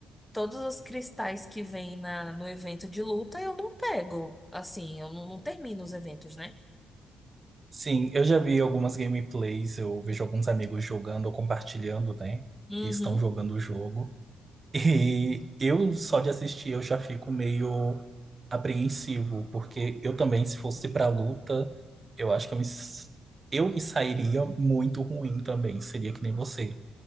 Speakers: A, in the centre; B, on the right (about 35°).
A: todos os cristais que vêm na, no evento de luta eu não pego. Assim, eu não, não termino os eventos, né?
B: Sim, eu já vi algumas gameplays, eu vejo alguns amigos jogando ou compartilhando, né?
A: Uhum.
B: Que estão jogando o jogo. E eu só de assistir eu já fico meio apreensivo, porque eu também, se fosse pra luta, eu acho que eu me, s- eu me sairia muito ruim também, seria que nem você.